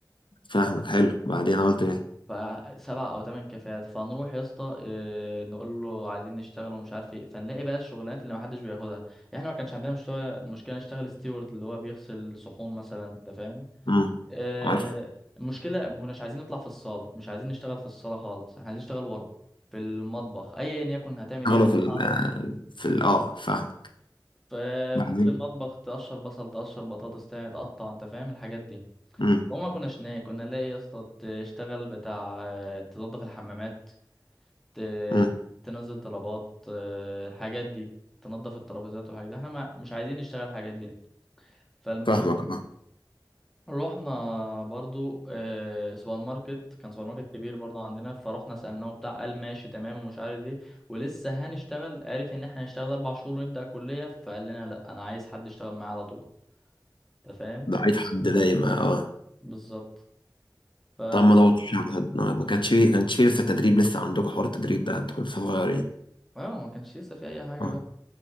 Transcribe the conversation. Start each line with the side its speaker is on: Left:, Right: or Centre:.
Left: فاهمك حلو بعدين انا قلت ايه
Centre: فسبع او ثمان كافيهات فنروح يا اسطى آه، نقول له عايزين نشتغل ومش عارف ايه فنلاقي بقى الشغلانات اللي ما حدش بياخدها يعني احنا ما كانش عندنا مشتغل مشكله نشتغل ستيورد اللي هو بيغسل صحون مثلا انت فاهم
Left: مم.
Centre: آه،
Left: عارف
Centre: المشكله ما كناش عايزين نطلع في الصاله مش عايزين نشتغل في الصاله خالص احنا عايزين نشتغل ورا في المطبخ ايا يكن هتعمل
Left: شغله
Centre: ايه بقى
Left: في ال في ال اه فاهمك
Centre: ف-
Left: بعدين
Centre: في المطبخ تقشر بصل تقشر بطاطس تع- تقطع انت فاهم الحاجات دي
Left: مم.
Centre: وما كناش ناكل كنا نلاقي يا اسطى تشتغل بتاع آه، تنظف الحمامات ت-
Left: مم.
Centre: تنزل طلبات آه، الحاجات دي تنظف الترابيزات والحاجات دي احنا ما مش عايزين نشتغل الحاجات دي فالمهم
Left: فاهمك اه
Centre: رحنا برضو آه، سوبر ماركت كان سوبر ماركت كبير برضو عندنا فرحنا سألناه بتاع قال ماشي تمام ومش عارف ايه ولسه هنشتغل عارف ان احنا هنشتغل اربع شهور ونبدأ كلية فقال لنا لا انا عايز حد يشتغل معايا على طول انت فاهم
Left: ضعيف حد دايما اه
Centre: بالظبط ف
Left: طب ما ضغطتش على حد ما كانش فيه كانش فيه لسه تدريب لسه عندكم حوار التدريب ده انتوا كنتوا لسه صغيرين
Centre: اه ما كانش لسه في اي حاجة
Left: اه
Centre: بقى